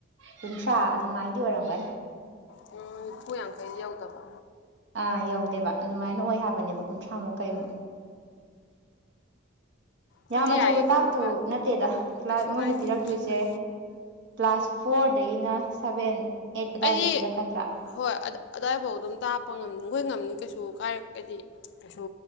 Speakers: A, on the right; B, on the left.
A: ꯀꯨꯟꯊ꯭ꯔꯥ ꯑꯗꯨꯃꯥꯏꯅꯗꯤ ꯑꯣꯏꯔꯝꯒꯅꯤ
B: <unintelligible> ꯅꯤꯐꯨ ꯌꯥꯡꯈꯩꯗꯤ ꯌꯧꯗꯕ
A: ꯑꯥ ꯌꯧꯗꯦꯕ ꯑꯗꯨꯃꯥꯏꯅ ꯑꯣꯏ ꯍꯥꯏꯕꯅꯦꯕ ꯀꯨꯟꯊ꯭ꯔꯥꯃꯨꯛ ꯀꯩꯃꯨꯛ
B: ꯑꯗꯨꯗꯤ
A: ꯌꯥꯝ ꯑꯆꯧꯕ
B: ꯌꯥꯏꯌꯦ ꯀꯩꯁꯨ
A: ꯇꯥꯛꯇꯨ
B: ꯀꯥꯏ
A: ꯅꯠꯇꯦꯗ ꯀ꯭ꯂꯥ
B: ꯀꯩꯁꯨ
A: ꯃꯣꯏꯅ
B: ꯀꯥꯏꯗꯦ
A: ꯄꯤꯔꯛꯇꯣꯏꯖꯦ
B: ꯀꯩꯁꯨ ꯀꯥꯏ
A: ꯀ꯭ꯂꯥꯁ ꯐꯣꯔꯗꯥꯒꯤꯅ ꯁꯚꯦꯟ ꯑꯩꯠ ꯑꯗꯥꯏꯕꯨꯛ
B: ꯑꯩꯗꯤ
A: ꯄꯤꯔꯛꯀꯥꯗ꯭ꯔꯥ
B: ꯍꯣꯏ ꯑꯠꯗ ꯑꯗꯥꯏꯕꯥꯎ ꯑꯗꯨꯝ ꯇꯥꯛꯄ ꯉꯝꯅꯤ ꯒꯣꯏ ꯉꯝꯅꯤ ꯀꯩꯁꯨ ꯀꯥꯏꯔꯛꯑꯗꯤ ꯀꯩꯁꯨ